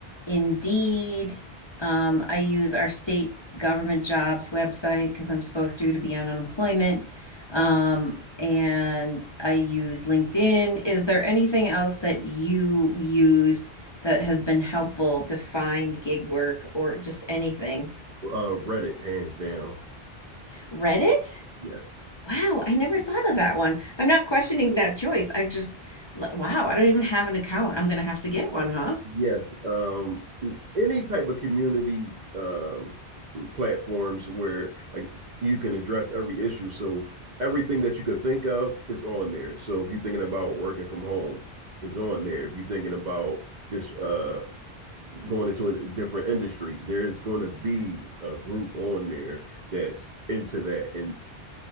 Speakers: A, on the left; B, on the right.
A: Indeed, um, I use our state government jobs website because I'm supposed to to be on unemployment, um, and I use LinkedIn. Is there anything else that you used that has been helpful to find gig work or just anything?
B: Uh, Reddit, hands down.
A: Reddit?
B: Yes,
A: Wow, I never thought of that one. I'm not questioning that choice. I've just, wow, I don't even have an account. I'm gonna have to get one, huh?
B: yes. Um, any type of community um platforms where like s- you can address every issue. So everything that you could think of is on there. So if you're thinking about working from home, is on there. If you're thinking about just uh going into a different industry, there is going to be a group on there that's into that, and